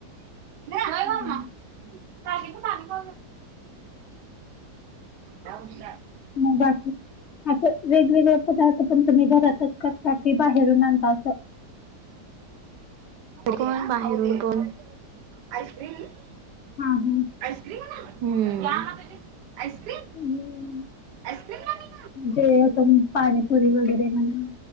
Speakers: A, on the right; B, on the left.
A: <unintelligible>
B: ह्म.
A: टाकीतलं पाणी <unintelligible> नाही कीं
B: मं बाक असं वेगवेगळे पदार्थ, पण तुम्ही घरातच करता, कि बाहेरून आणता असं?
A: कोन बाहेरून, कोण? <unintelligible>
B: हां ह्म.
A: <unintelligible> हम्म. आईस्क्रीम
B: ह्म,
A: आईस्क्रीम ना ना
B: जे आपण, पाणी पुरी वगैरे म्हणा.